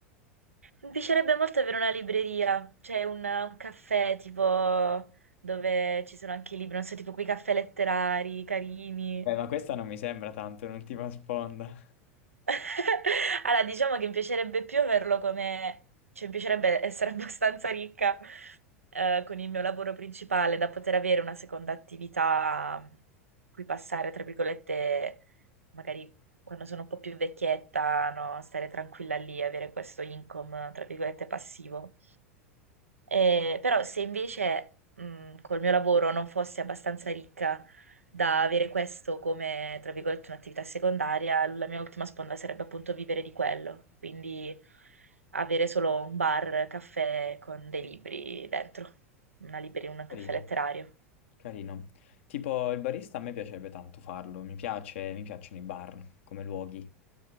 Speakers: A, on the right (about 85°); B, on the left (about 65°).
A: Mi piacerebbe molto avere una libreria, cioè un, un caffè tipo dove ci sono anche i libri, non so, tipo quei caffè letterari carini.
B: Beh, ma questa non mi sembra tanto un'ultima sponda.
A: <laughs> Allora, diciamo che mi piacerebbe più averlo come... cioè mi piacerebbe essere <laughs> abbastanza ricca eh, con il mio lavoro principale da poter avere una seconda attività in cui passare, tra virgolette, magari quando sono un po' più vecchietta, no? Stare tranquilla lì, avere questo income, tra virgolette, passivo. Eh, però se invece, mh, col mio lavoro non fossi abbastanza ricca, da avere questo come, tra virgolette, un'attività secondaria, la mia ultima sponda sarebbe appunto vivere di quello, quindi avere solo un bar, caffè con dei libri dentro, una libreria, un
B: Carino.
A: caffè letterario.
B: Carino. Tipo il barista a me piacerebbe tanto farlo, mi piace, mi piacciono i bar come luoghi, mi